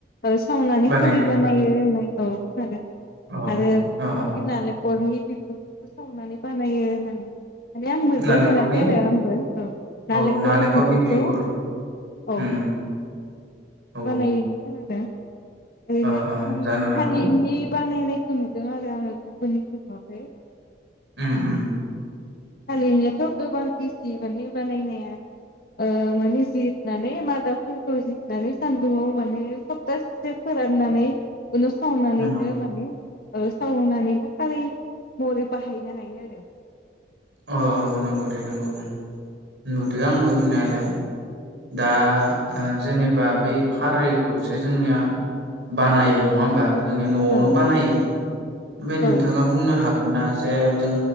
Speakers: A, on the left; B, on the right.
A: ओ सावनानै
B: बानायनाय
A: खारि बानायो होननाय औ खोनादों
B: औ
A: आरो बि
B: औ औ
A: नालेकरनि बिगुरखौबो सावनानै बानायो होननानै माने आं मोनजाफेराखै
B: नालेंखरनि
A: आरो आंबो औ नालेखर
B: औ नालेंखरनि
A: बिबुरखौ
B: बिगुर
A: औ
B: उम
A: बेखौबो
B: औ
A: बानायोनो खोनादों ओरैनो
B: ओ
A: थनि
B: ओ जानो हागौ
A: थालिरनि बा बानायनायखौ नुदों आरो आङो गुबुननिखौ नुवाखै
B: ओम ओम
A: थालिनायाथ' गोबां इजि माने बानायनाया ओ माने जिरनानै मादाबफोरखौ जिरनानै सान्दुङाव माने सप्तासेसो फोराननानै उनाव सावनानैनो
B: नंगौ
A: माने ओ सावनानैनो खारै महरै बाहायनो हायो आरो
B: अ नंगौ दे नंगौ बुं नुदो आंबो नुनायालाय <inaudible> दा ओ जेनेब बा बै खारैखौसो जोंनिया बानायो नङा होमबा जोंनिया न'आवनो
A: औ
B: बानायो। ओमफाय नोंथाङा
A: औ
B: बुंनो हाग गोनना जे जों